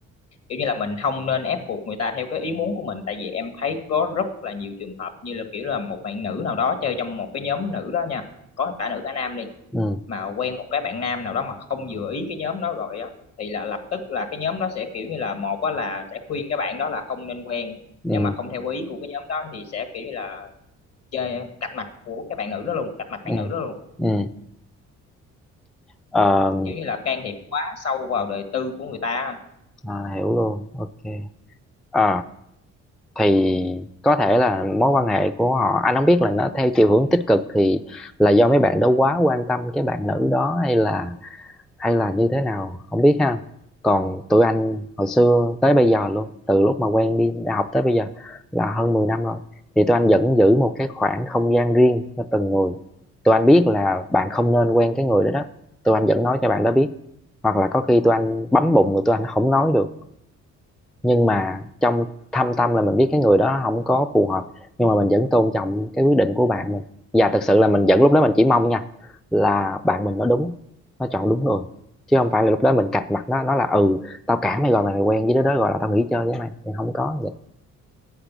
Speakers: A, on the left; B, in the centre.
A: kiểu như là mình không nên ép buộc người ta theo cái ý muốn của mình tại vì em thấy có rất là nhiều trường hợp như là kiểu là một bạn nữ nào đó chơi trong một cái nhóm nữ đó nha có cả nữ cả nam đi
B: ừ ừ
A: mà quen một cái bạn nam nào đó mà không vừa ý cái nhóm đó rồi á thì là lập tức là cái nhóm đó sẽ kiểu như là một á là sẽ khuyên cái bạn đó là không nên quen
B: ừ
A: nếu mà không theo ý của cái nhóm đó thì sẽ kiểu như là chơi cạch mặt của cái bạn nữ đó luôn cạch mặt bạn
B: ừ
A: nữ đó luôn
B: ừ Ờ,
A: kiểu như là can thiệp quá sâu vào đời tư của người ta
B: à, hiểu luôn ok Ờ thì có thể là mối quan hệ của họ anh không biết là nó theo chiều hướng tích cực thì là do mấy bạn đó quá quan tâm cái bạn nữ đó hay là hay là như thế nào không biết ha còn tụi anh hồi xưa tới bây giờ luôn từ lúc mà quen đi đại học tới bây giờ là hơn 10 năm rồi thì tụi anh vẫn giữ một cái khoảng không gian riêng cho từng người tụi anh biết là bạn không nên quen cái người đó đó tụi anh vẫn nói cho bạn đó biết hoặc là có khi tụi anh bấm bụng rồi tụi anh không nói được nhưng mà trong thâm tâm là mình biết cái người đó không có phù hợp nhưng mà mình vẫn tôn trọng cái quyết định của bạn mình và thực sự là mình vẫn lúc đó mình chỉ mong nha là bạn mình nó đúng nó chọn đúng người chứ không phải là lúc đó mình cạch mặt nó nó là ừ tao cản mày rồi mày quen với đứa đó rồi là tao nghỉ chơi với mày thì không có vậy